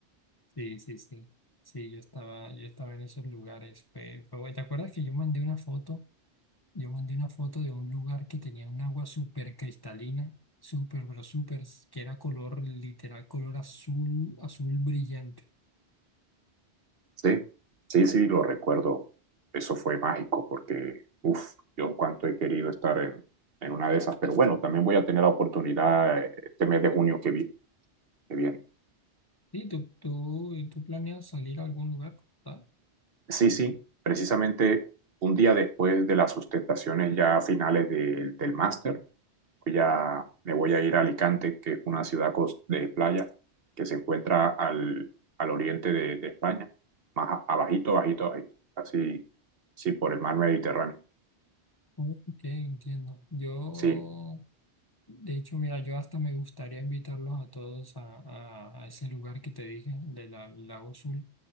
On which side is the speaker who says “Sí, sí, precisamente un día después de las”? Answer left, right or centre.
Right